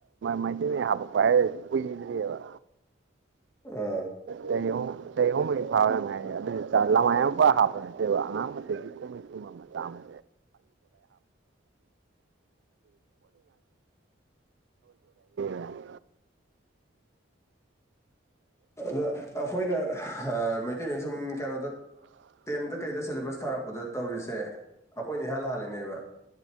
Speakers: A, on the right; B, on the left.
A: ꯃꯩꯇꯩ ꯃꯌꯦꯛ ꯍꯥꯄꯛꯄ ꯍꯥꯏꯔ ꯀꯨꯏꯗ꯭ꯔꯤꯑꯕ
B: ꯑꯥ
A: ꯆꯍꯤꯍꯨꯝ ꯆꯍꯤꯍꯨꯝ ꯃꯔꯤ ꯐꯥꯕꯗ ꯉꯥꯢꯔꯤ ꯑꯗꯨ ꯂꯃꯥꯏ ꯑꯃ ꯄꯨꯔꯥ ꯍꯥꯞꯄ ꯅꯠꯇꯦꯕ ꯑꯉꯥꯡ ꯃꯆꯥꯒꯤ ꯀꯣꯃꯤꯛ ꯀꯨꯝꯕ <unintelligible> <unintelligible>
B: ꯑꯗ ꯑꯩꯈꯣꯏꯅ ꯃꯩꯇꯩ ꯃꯌꯦꯛ ꯁꯨꯝ ꯀꯩꯅꯣꯗ ꯇꯦꯟꯗ ꯀꯩꯗ ꯁꯦꯂꯦꯕꯁ ꯊꯥꯔꯛꯄꯗ ꯇꯧꯔꯤꯁꯦ ꯑꯩꯈꯣꯏꯅꯦ ꯏꯍꯥꯟ ꯍꯥꯜꯂꯤꯅꯦꯕ